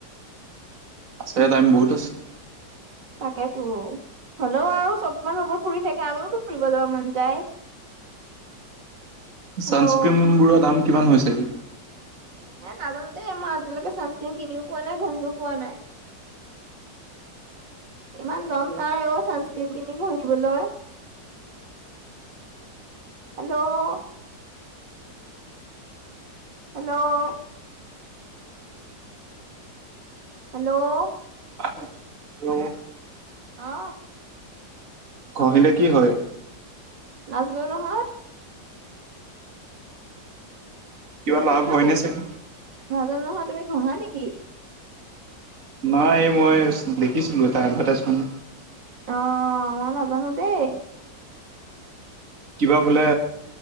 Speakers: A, on the right (about 45°); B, on the right (about 80°).
A: আছে টাইম বহু আছে।
B: তাকেতো হ'লেও আও চব মানুহবোৰ ফুৰি থাকে আমি ফুৰিব যাব মন যায়। হেল্ল'
A: ছানস্ক্ৰীমবোৰৰ দাম কিমান হৈছেগে?
B: এ নাজানো দেই, মই আজিলৈকে ছানস্ক্ৰীম কিনিও পোৱা নাই ঘহিও পোৱা নাই। ইমান দম নাই অ ছানস্ক্ৰীম কিনি ঘহিবলৈ।
A: <inaudible>
B: হেল্ল' হেল্ল' হেল্ল'
A: হেল্ল'
B: অ
A: ঘহিলে কি হয়?
B: নাজনো নহয়।
A: কিবা
B: তুমি
A: লাভ
B: ঘহা
A: হয়নে
B: নি?
A: চাগে
B: নাজানো নহয়, তুমি ঘহা নেকি?
A: নাই এই মই দেখিছিলো এটা এডভাৰটাইজমেণ্ট।
B: অ মই নাজানো দেই।
A: কিবা বোলে